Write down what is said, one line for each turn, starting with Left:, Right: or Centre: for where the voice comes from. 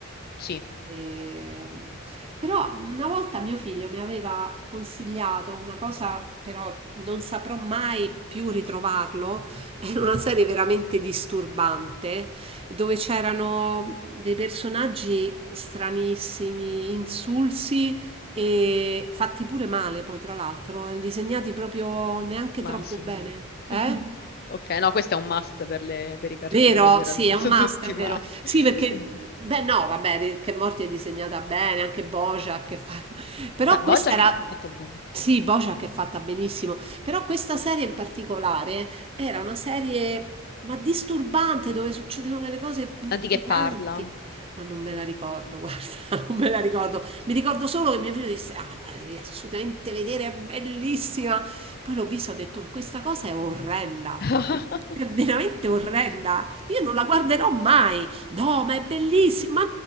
Left: sì,
Right: Ehm, però una volta mio figlio mi aveva consigliato una cosa, però non saprò mai più ritrovarlo, <laughs> era una serie veramente disturbante, dove c'erano dei personaggi stranissimi, insulsi e fatti pure male, poi tra l'altro, eh, disegnati proprio neanche
Left: ma
Right: troppo
Left: sì.
Right: bene,
Left: <laughs>
Right: eh? <laughs>
Left: Ok, no, questo è un must per, le- per i cartoni
Right: Vero?
Left: per
Right: Sì,
Left: adulti,
Right: è un must,
Left: <laughs> tutti,
Right: è vero.
Left: ma...
Right: Sì,
Left: <laughs>
Right: perché,
Left: Sì.
Right: beh, no, vabbè, che Morti è disegnata bene, anche Bojack è fatta. <laughs> Però
Left: Beh,
Right: questa
Left: BoJack
Right: era.
Left: è fatto bene.
Right: Sì, Bojack è fatta benissimo. Però questa serie in particolare era una serie, ma disturbante, dove succedono delle cose inquietanti.
Left: Tanti che parla.
Right: Ma non me la ricordo, guarda, <laughs> non me la ricordo. Mi ricordo solo che mio figlio disse: Ah, la devi assolutamente vedere, è bellissima. Poi l'ho vista e ho detto, questa cosa è orrenda.
Left: <laughs>
Right: È veramente orrenda. Io non la guarderò mai. No, ma è bellissima. Ma